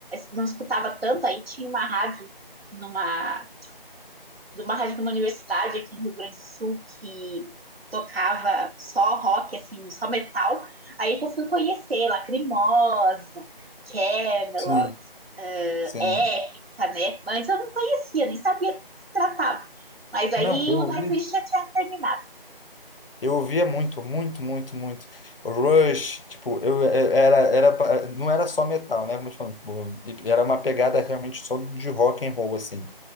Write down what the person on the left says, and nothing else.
Sim,
sim.
Não, eu
ouvi.
Eu ouvia muito, muito, muito, muito. Rush, tipo, eu eu- era, era, pa- não era só metal, né? Como eu te falo, tipo, era uma pegada realmente só de rock and roll, assim.